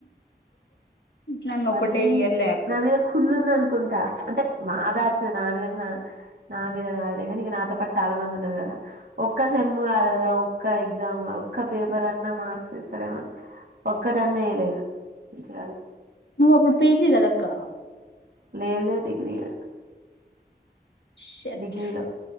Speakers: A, on the left; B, on the right.
A: నన్ను
B: వాడికి
A: ఒకటే ఇయర్లే అక్క
B: నా మీద కుల్లు ఉందనుకుం అంటే మా బ్యాచ్ మీద నా మీద నా మీద కాదులే కానీ ఇక నాతో పాటు చాలా మంది ఉన్నారు కదా ఒక్క సెమ్ కాదు కదా ఒక్క ఎగ్జామ్ ఒక్క పేపర్ అన్నా మార్క్స్ ఏస్తాడ ఏమంట ఒక్కట అన్నా వేయలేదు వెస్ట్ గాడు
A: నువ్వు అప్పుడు పీజీ కాదక్కా
B: లేదులే డిగ్రీ ఆ
A: షట్
B: డిగ్రీలో